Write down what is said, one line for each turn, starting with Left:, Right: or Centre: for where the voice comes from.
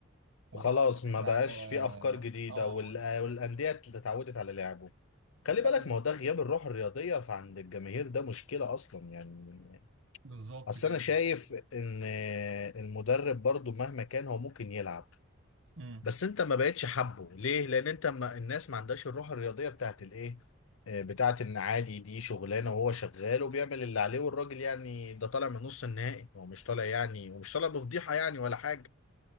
Right: وطبعا
Left: خلاص
Right: داخل
Left: ما
Right: على
Left: بقاش في افكار جديده
Right: اه
Left: وال-
Right: انت-
Left: والانديه اتعودت على لعبه خلي
Right: لا
Left: بالك
Right: و-
Left: ما هو ده غياب الروح الرياضيه فعند الجماهير ده مشكله اصلا يعني
Right: بالظبط
Left: اصل
Right: كده
Left: انا شايف ان المدرب برضو مهما كان هو ممكن يلعب
Right: امم
Left: بس انت ما بقتش حابه ليه لان انت ما الناس ما عندهاش الروح الرياضيه بتاعت الايه آه، بتاعت ان عادي دي شغلانه وهو شغال وبيعمل اللي عليه والراجل يعني ده طالع من نص النهائي هو مش طالع يعني ومش طالع بفضيحه يعني ولا حاجه